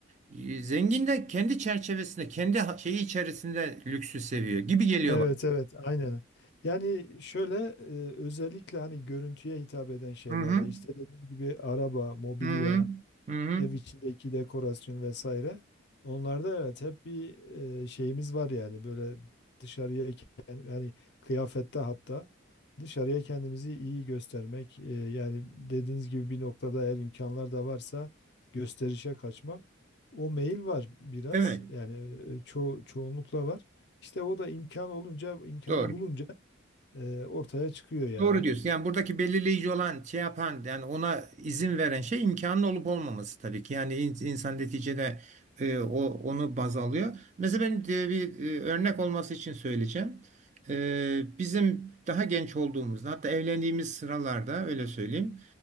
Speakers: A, on the right; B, on the left.
A: Y- Zengin de kendi çerçevesinde kendi ha- şeyi içerisinde lüksü seviyor gibi geliyor
B: Evet
A: bana.
B: evet aynen. Yani şöyle e, özellikle hani görüntüye hitap eden şeylerde
A: Hı hı.
B: işte dediğiniz gibi araba, mobilya
A: Hı hı. Hı hı.
B: ev içindeki dekorasyon vesaire. Onlarda evet hep bir e, şeyimiz var yani böyle dışarıya kend- yani kıyafette hatta dışarıya kendimizi iyi göstermek e, yani dediğiniz gibi bir noktada eğer imkanlar da varsa gösterişe kaçmak. O meyil var biraz
A: Evet.
B: yani e, ço çoğunlukla var. İşte o da imkan olunca imkanı
A: Doğru.
B: bulunca e, ortaya çıkıyor yani.
A: Doğru diyorsun. Yani buradaki belirleyici olan şey yapan yani ona izin veren şey imkanın olup olmaması tabii ki. Yani in- insan neticede e, o onu baz alıyor. Mesela ben e, bir e, örnek olması için söyleyeceğim. E, bizim daha genç olduğumuzda hatta evlendiğimiz sıralarda öyle söyleyeyim.